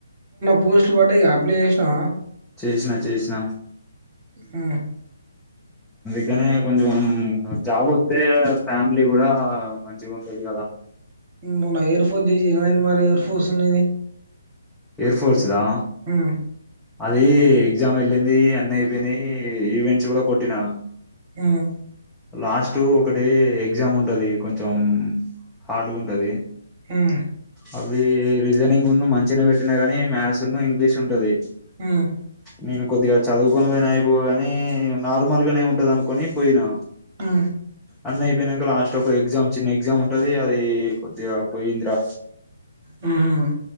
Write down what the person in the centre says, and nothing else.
చేసిన చేష్న
అందునే కొంచం జాబ్ వస్తే ఫ్యామిలీ కూడా మంచిగా ఉంటుది కదా
ఏర్ ఫోర్స్దా
అది ఎగ్జామ్ వెళ్ళింది అన్న అయిపోయినాయి ఈవెంట్స్ కూడా కొట్టినా
లాస్ట్ ఒకటిే ఎగ్జామ్ ఉంటది కొంచం హార్డ్ గా ఉంటది
అవి రీజనింగ్ ఉన్న మంచినే పెట్టినా కాగానీ మ్యాథ్స్ ఇం తీసి ఉంటది
నేను కొద్దిగా చదువుకొని పోయినా అయిపోగా నార్మల్ గానే ఉంటది అనుకో కొని పోయినా
అన్న అయిపోయినాక లాస్ట్ ఒక ఎగ్జామ్ చిన్న ఎగ్జామ్ ఉంటది అది కోడిగా పోయింది రా